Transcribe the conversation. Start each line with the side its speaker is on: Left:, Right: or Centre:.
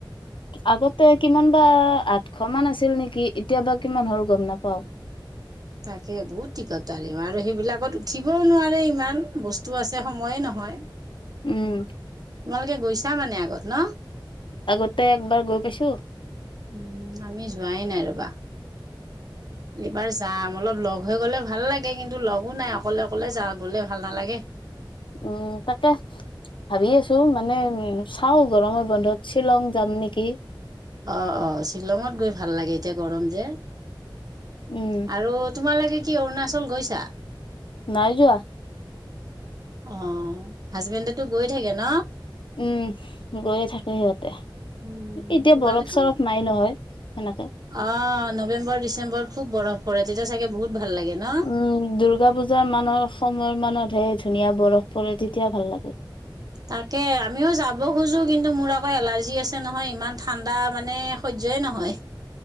Left: আগতে কিমান বা আঠশ মান আছিল নেকি? এতিয়াবা কিমান হল গম নাপাও।
Right: তাকে বহুত টিকট আৰু, আৰু সেইবিলাকত উঠিবও নোৱাৰে ইমান বস্তু আছে সময়ে নহয়।
Left: উম।
Right: তোমালোকে গৈছা মানে আগত ন?
Left: আগতে একবাৰ গৈ পাইছো।
Right: উম, আমি যোৱাই নাই ৰবা। এইবাৰ যাম। অলপ লগ হৈ গ'লে ভাল লাগে, কিন্তু লগো নাই অকলে, অকলে যা গ'লে, ভাল নালাগে।
Left: উম, তাকে ভাবি আছো। মানে উ চাও গৰমৰ বন্ধত শ্বিলং যাম নেকি?
Right: অ', অ' শিলংতগৈ ভাল লাগে এতিয়া গৰম যে।
Left: উম।
Right: আৰু তোমালৈকে কি অৰুণাচল গৈছা?
Left: নাই যোৱা।
Right: অ', হাজবেণ্ডেতটো গৈ থাকে ন?
Left: উম, গৈয়ে থাকে সিহঁতে।
Right: উম
Left: এতিয়া
Right: তোমালোকে
Left: বৰফ-চৰফ নাই নহয় সেনেকে।
Right: অ', নৱেম্বৰ, ডিচেম্বৰ খুব বৰফ পৰে তেতিয়া চাগে বহুত ভাল লাগে ন?
Left: উম দুৰ্গা পূজাৰ মান সময়ৰ মানতহে ধুনীয়া বৰফ পৰে তেতিয়া ভাল লাগে
Right: তাকে আমিও যাব খোজো কিন্তু মোৰ আকৌ এলাৰ্জি আছে। নহয় ইমান ঠাণ্ডা মানে সহ্যয়ই নহয়।